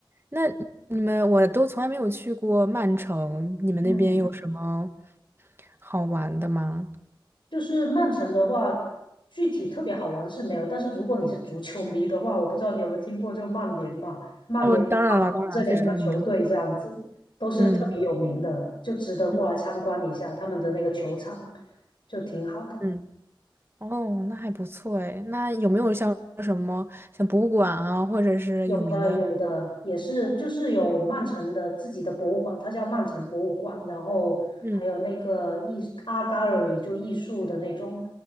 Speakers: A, on the right (about 25°); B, on the left (about 65°).
A: 那你们我都从来没有去过曼城，你们那边有什么
B: 嗯，
A: 好玩的吗？
B: 就是曼城的话，具体特别好玩是没有，但是如果你是足球迷的话，我不知道你有没有听过，就曼联嘛，曼联、
A: 哦，当然了，
B: 曼城这两个球队这样子都是特别有名的，
A: 当然非常有名。嗯
B: 就值得过来参观一下他们的那个球场，
A: 嗯
B: 就挺好的。
A: 嗯，哦，那还不错哎。那有没有像什么像博物馆啊，或者是有名的？
B: 有的有的也是，就是有曼城的自己的博物馆，它叫曼城博物馆，然后还有那个艺
A: 嗯
B: Art Gallery 就艺术的那种